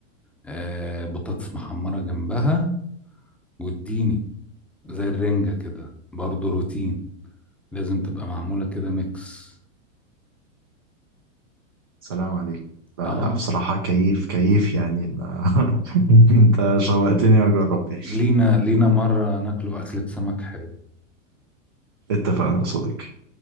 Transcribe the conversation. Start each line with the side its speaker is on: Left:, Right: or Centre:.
Centre: آه بطاطس محمرة جنبها واديني زي الرنجة كده برضه روتين لازم تبقى معمولة كده ميكس
Right: سلام عليك لا
Centre: اه
Right: لا بصراحة كيف كيف يعني ما- <laughs> انت شوقتني اجرب يعني
Centre: لينا لينا مرة ناكله أكلة سمك حلو
Right: اتفقنا يا صديقي